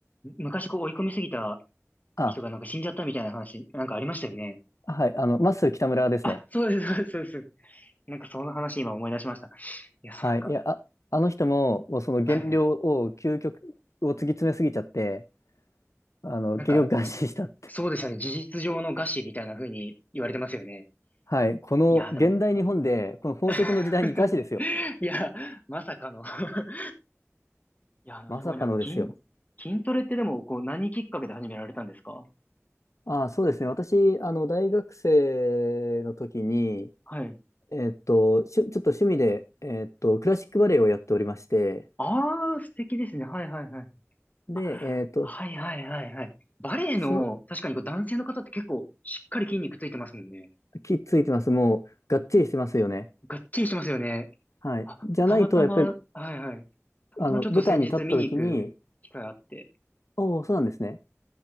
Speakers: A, on the left (about 30°); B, on the left (about 85°).
A: 昔こう追い込みすぎた
B: あ、
A: 人がなんか死んじゃったみたいな話、なんかありましたよね。
B: はい、あの、マッスル北村ですね。
A: あ、そうです、そうです、そうです。なんかその話今思い出しました。いや、
B: はい、
A: そうか。
B: いや、あ、あの人も、もうその減量を、
A: はいはい。
B: 究極を突き詰めすぎちゃって、あの、
A: なんか、
B: 結局餓死したって。
A: じ、そうでしたね。事実上の餓死みたいな風に言われてますよね。
B: はい、この現代日本で、
A: いやー、でも
B: この飽食の時代に餓死ですよ。
A: <laughs> いや、まさかの <laughs> いや、あの、
B: まさかのですよ。
A: すごいな。筋、筋トレってでも、こう、何きっかけで始められたんですか
B: あ、そうですね。私、あの、大学生の時に、
A: はい。
B: えっと、しゅ、ちょっと趣味で、えっと、クラシックバレエをやっておりまして、
A: ああ、素敵ですね。はいはいはい。
B: で、
A: あ、
B: えっと、
A: はいはいはいはい。バレエの、
B: そ、
A: 確かにこう男性の方って結構、しっかり筋肉ついてますもんね。
B: きついてます。もう、がっちりしてますよね。
A: がっちりしてますよね。
B: はい。
A: あ、
B: じゃないと、
A: たまたま、
B: やっぱり、
A: はいはい。たまたまちょっと先日見に行く機会あって。
B: あの、舞台に立った時に、おお、そうなんですね。